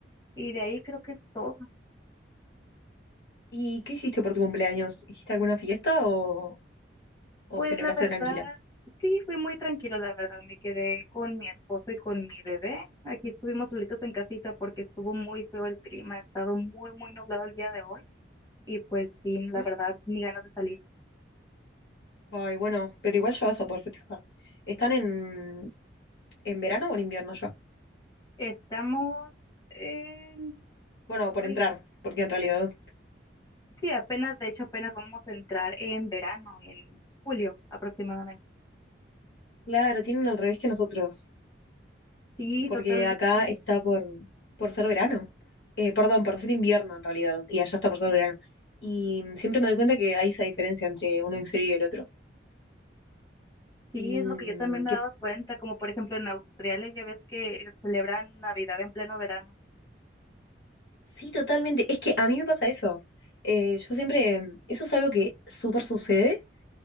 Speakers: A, on the left; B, on the left.
A: Y de ahí creo que es todo.
B: ¿Y qué hiciste por tu cumpleaños? ¿Hiciste alguna fiesta o, o
A: Pues
B: celebraste
A: la verdad,
B: tranquila?
A: sí, fui muy tranquilo, la verdad. Me quedé con mi esposo y con mi bebé. Aquí estuvimos solitos en casita porque estuvo muy feo el clima. Ha estado muy, muy nublado el día de hoy. Y pues sí, la
B: Ujú.
A: verdad, ni ganas de salir.
B: Ay, bueno, pero igual ya vas a poder festejar. ¿Están en, en verano o en invierno ya?
A: Estamos en...
B: Bueno, por
A: ay,
B: entrar, porque en realidad.
A: sí, apenas, de hecho, apenas vamos a entrar en verano, en julio aproximadamente.
B: Claro, tienen al revés que nosotros.
A: Sí,
B: porque
A: totalmente.
B: acá está por, por ser verano. Eh, perdón, por ser invierno en realidad, y allá está por ser verano. Y mm, siempre me doy cuenta que hay esa diferencia entre un hemisferio y el otro.
A: Sí,
B: Y
A: es lo que
B: mm,
A: yo también me
B: que
A: he dado cuenta, como por ejemplo en Australia ya ves que celebran Navidad en pleno verano.
B: sí, totalmente. Es que a mí me pasa eso. Eh, yo siempre, mm, eso es algo que súper sucede,